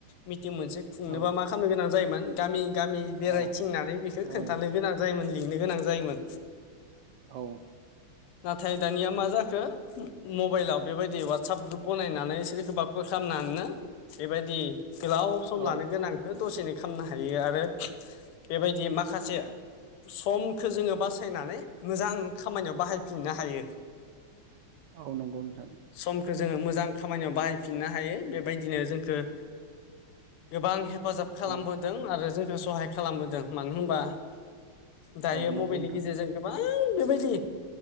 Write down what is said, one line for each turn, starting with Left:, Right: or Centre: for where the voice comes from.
Left: मिटिं मोनसे खुंनोबा
Right: औ
Left: मा खालामनो गोनां जायोमोन गामि गामि बेरायथिंनानै
Right: औ
Left: बेखौ
Right: औ
Left: खोन्थानो गोनां जायोमोन लिंनो गोनां जायोमोन।
Right: औ।
Left: नाथाय दानिया मा जाखो मबाइलाव बेबायदि वाटरसाप ग्रुप बनायनानै सोरखौबा कल खालामनानैनो बेबायदि गोलाव सम
Right: औ
Left: लानो गोनां बे दसेनो खालामनो हायो आरो बेबायदि माखासे समखौ जोङो बासायनानै मोजां खामानियाव बाहायफिननो हायो।
Right: औ नंगौ नोंथां।
Left: समखौ जोङो मोजां खामानियाव बाहायफिननो हायो बेबायदिनो जोंखौ गोबां हेफाजाब खालामबोदों
Right: औ
Left: आरो जोंखौ सहाय खालामबोदों मानो होनबा दायो
Right: औ नंगौ
Left: मबाइलनि
Right: नोंथां
Left: गेजेरजों गोबां बेबायदि